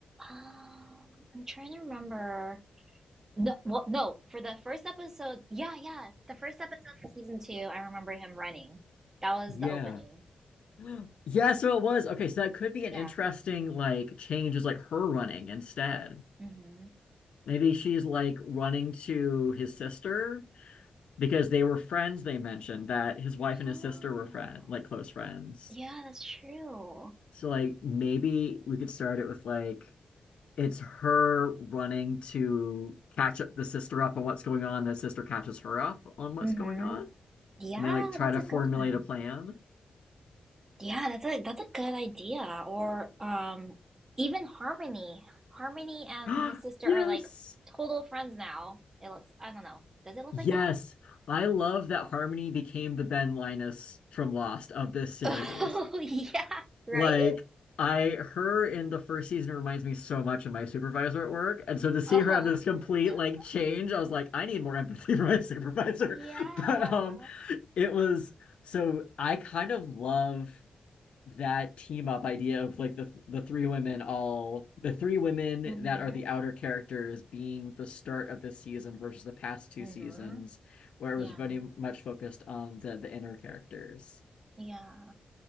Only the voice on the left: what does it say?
Yeah.
<gasps> Yeah, so it was. Okay, so that could be an
interesting like change is like her running instead.
Maybe she's like running to his sister because they were friends they mentioned that his wife
and his sister were friend like close friends
so like maybe we could start it with like it's her running to catch up the sister up on what's going on the sister catches her up on what's
going on
and they like try
to
formulate
a plan
<gasps>
yes
yes
i love that harmony became the ben linus from lost of this
series
Like I her in the first season reminds me so much of my supervisor at work. And so to see
her have this complete
like change, I was like, I need more empathy <laughs> for my supervisor.
<laughs> But um it was so I kind of love that team up idea of like the the three women all the three women
that are the outer characters being the start of this season versus the past two
seasons where it
was very much focused on the the inner characters.